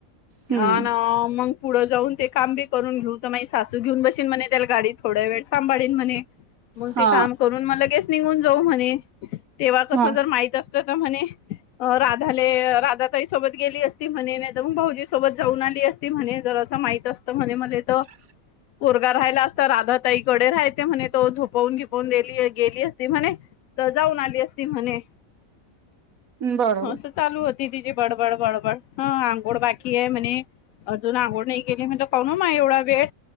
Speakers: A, on the right; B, on the left.
A: हम्म
B: अना मग पुढं जाऊन ते काम बी करून घेऊ तर माही सासू घेऊन बशील म्हणे त्याला गाडीत. थोड्या वेळ सांबाळीन म्हणे, मग
A: हा
B: ते काम करून म लगेच निघून जाऊ म्हणे तेव्हा कस
A: हा
B: जर माहित असत तर म्हणे राधाले राधा ताईसोबत गेली असती, म्हणे नाहीतर मग भाऊजी सोबत जाऊन आली असती ते म्हणे जर असं माहित असतं म्हणे मले तर
A: ह.
B: पोरगा राहिला असता राधा ताईकडे राहयते म्हणे तो झोपवून घिपवून दिली गेली असती म्हणे तर जाऊन आली असती म्हणे
A: <inaudible> बरोबर
B: हो असं चालू होती तिचीे बडबड बडबड ह आंघोळ बाकी आहे म्हणे अजून अंगोळ नाही केली, म्हंटल कामून आये एवढा वेळ?